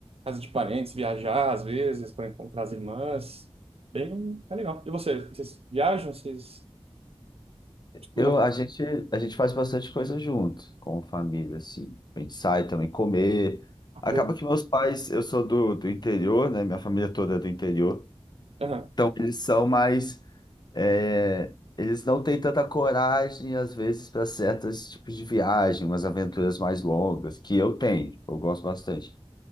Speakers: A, on the right; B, on the left.
A: casa de parentes, viajar às vezes para encontrar as irmãs. Bem, é legal. E vocês, vocês viajam? Vocês costumam
B: Eu, a gente, a gente faz bastante coisa junto, com família, assim. A gente sai também comer.
A: fazer?
B: Acaba que meus pais, eu sou do, do interior, né? Minha família toda é do interior.
A: Aham,
B: Então, eles são mais É, eles não têm tanta coragem, às vezes, para certos tipos de viagem, umas aventuras mais longas, que eu tenho, tipo, eu gosto bastante.